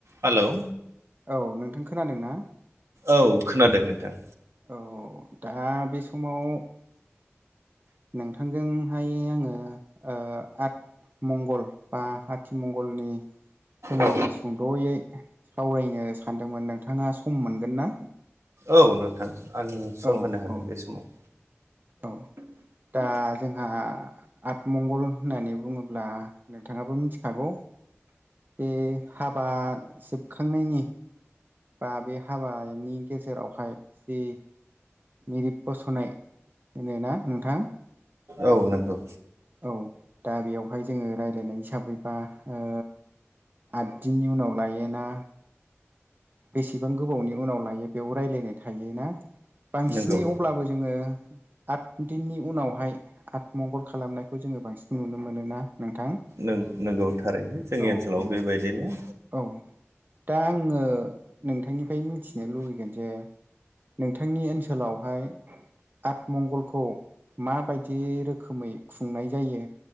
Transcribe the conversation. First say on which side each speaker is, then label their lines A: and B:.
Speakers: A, on the right (about 80°); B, on the right (about 45°).
A: हेल'
B: औ नोंथां खोनादों ना?
A: औ खोनादों नोंथां
B: औ दा बे समाव नोंथांजोंहाय आंङो ओ आट मंगल बा आथिमंगलनि सोमोन्दै
A: औ
B: सुंद'यै सावरायनो सानदोंमोन नोंथांङा सम मोनगोन ना
A: औ नोंथां आंङो सम
B: औ
A: होनो हागोन
B: औ
A: बे समाव
B: औ दा जोंहा आतमंगल होननानै बुङोब्ला नोंथांङाबो मिथिखागौ बे हाबा जोबखांनायनि बा बे हाबानि गेजेरावहाय जि मेरिब बसनाय नंगौ ना नोंथां
A: औ नंगौ
B: औ दा बेयावहाय जोंङो रायज्लायनाय हिसाबैबा ओ आद दिननि उनाव लायोना बेसेबां गोबावनि उनाव लायो बेयाव रायलायनाय थायोना बांसिनै
A: नंगौ
B: अब्लाबो जोंङो आठ दिननि उनावहाय आतमंगल खालामनायखौ जोंङो बांसिन नुनो मोनो ना नोंथां
A: नों नोंगौ थारैनो जोंनि
B: औ
A: ओनसोलाव
B: औ
A: बेबायदिनो
B: औ दा आंङो नोंथांनिफ्राय मिथिनो लुबैगोन जे नोंथांनि ओनसोलावहाय आतमंगलखौ माबायदि रोखोमै खुंनाय जायो।